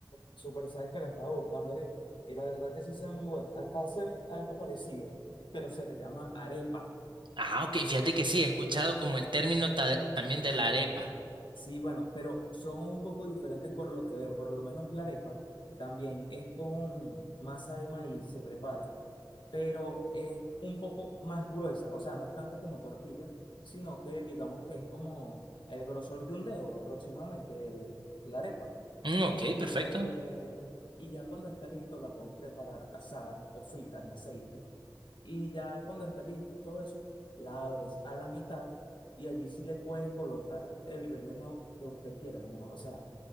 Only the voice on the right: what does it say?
Ah, ok, fíjate que sí, he escuchado como el término ta- también de la arepa.
Mm, ok,
perfecto.